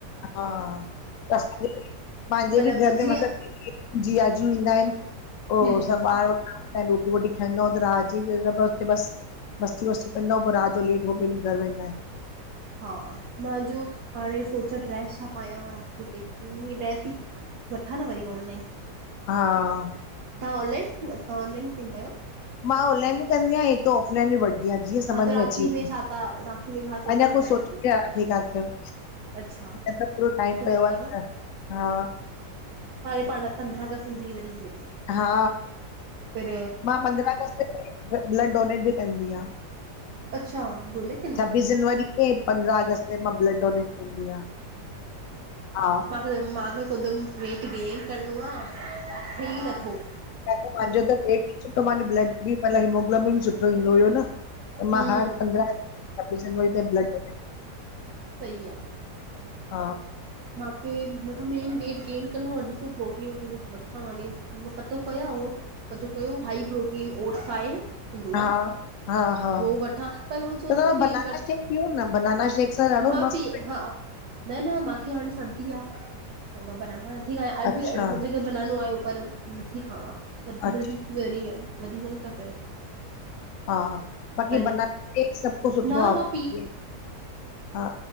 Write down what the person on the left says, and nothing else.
हा, बस दीदी, पांहिंजे
बि घर
जे मथां <unintelligible> जीयाजू ईंदा आहिनि, पोइ
सभु ॿार रोटी - वोटी खाईंदा अऊं रात जी उते बस <unintelligible> मस्ती- वस्ती कंदा, पोइ राति जो लेट हो पंहिंजे घर वेंदा आहिनि।
हा।
मां ऑनलाइन बि कंदी आहियां पोऑफलाइन वठदी आहियां। जीअं समझ
में
अची वञे,
अञा कुझु
सोचो ही कान थम।
अञां पूरो टाइम
पियो आहे। हा।
हा
मां पंद्रहं अगस्त ते ब्लड डोनेट बि कंदी आहियां।
छब्बीस जनवरी ते ऐं पंद्रहं अगस्त ते मां ब्लड डोनेट कंदी आहियां। हा।
पंहिंजो त पेट सुठो, माने ब्लड बि हिमोग्लोमिन सुठो ईंदो हुयो न।
त मां हर पंद्रह छब्बीस जनवरी ते ब्लड डोनेट <unintelligible>
हा
हा हा हा
त तव्हां
बनाना
शेक पियो न बनाना शेक सां ॾाढो
मस्तु
अच्छा
अच्छा
हा बाक़ी
बनान, सभ कुछ सुठो
आहे
हा।